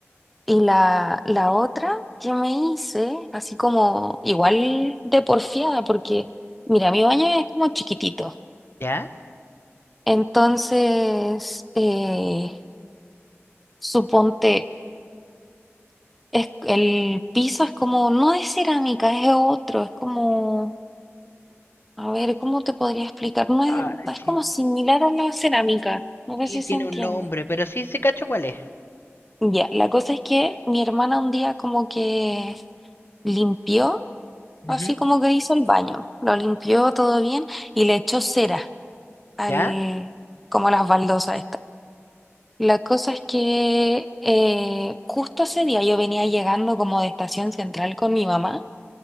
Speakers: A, in the centre; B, on the left (about 55°).
A: Y la, la otra que me hice, así como igual de porfiada, porque mira, mi baño es como chiquitito.
B: ¿Ya?
A: Entonces, eh, suponte, es, el piso es como, no es cerámica, es otro, es como, a ver, ¿cómo te podría explicar? No es,
B: Ah, sí,
A: es como similar a la cerámica, no sé
B: sí,
A: si
B: tiene
A: se entiende.
B: un nombre, pero sí, sí cacho cuál es.
A: Ya, la cosa es que mi hermana un día como que limpió, así
B: Ujú,
A: como que hizo el baño, lo limpió todo bien y le echó cera al,
B: ¿Ya?
A: como a las baldosas estas. La cosa es que eh, justo ese día yo venía llegando como de Estación Central con mi mamá